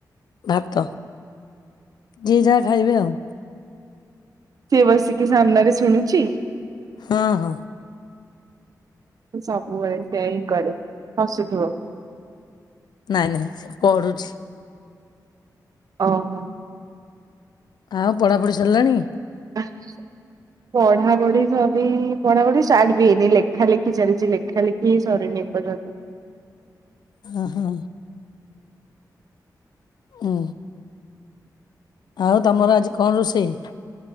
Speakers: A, on the left; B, on the right.
A: ଭାତ। ଯିଏ ଯାହା ଖାଇବେ ଆଉ
B: ସେ ବସିକି ସାମ୍ନାରେ ଶୁଣୁଚି
A: ହଁ ହଁ।
B: ସବୁବେଳେ ସେୟା ହିଁ କରେ ହସୁଥିବ।
A: ନାଇଁ ନାଇଁ ସେ ପଢୁଛି।
B: ଓହୋ।
A: ଆଉ ପଢ଼ାପଢ଼ି ସାରିଲାଣି।
B: <unintelligible> ପଢ଼ାପଢ଼ି ସବି ପଢ଼ାପଢ଼ି ଷ୍ଟାର୍ଟ ବି ହେଇନି ଲେଖା ଲେଖି ଚାଲିଛି ଲେ ଖାଲି କି ସରିଯାଇ <unintelligible>
A: ଉହଁ। ହୁଁ। ଆଉ ତମର ଆଜି କଣ ରୋଷେଇ?